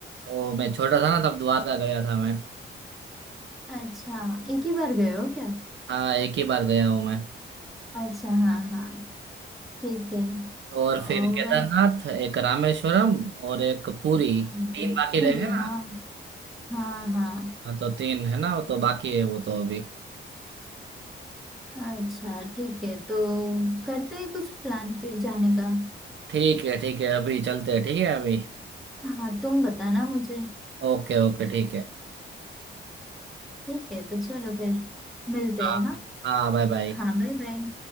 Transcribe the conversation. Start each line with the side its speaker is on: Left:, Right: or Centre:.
Right: तो मैं छोटा था ना तब द्वारका गया था मैं
Centre: अच्छा एक ही बार गए हो क्या
Right: हाँ एक ही बार गया हूँ मैं
Centre: अच्छा हाँ हाँ ठीक है
Right: और फिर
Centre: और
Right: केदारनाथ
Centre: वैस
Right: एक रामेश्वरम और एक पुरी तीन
Centre: भोजपुरी
Right: बाकी रह गए ना
Centre: हाँ हाँ हाँ
Right: हाँ तो तीन है ना वो तो बाकी है वो तो अभी
Centre: अच्छा ठीक है तो करते हैं कुछ प्लान फिर जाने का
Right: ठीक है ठीक है अभी चलते हैं ठीक है अभी
Centre: हाँ तुम बताना मुझे
Right: ओके ओके ठीक है
Centre: ठीक है तो चलो फिर मिलते
Right: हाँ
Centre: हैं हाँ
Right: हाँ बाय बाय
Centre: हाँ बाय बाय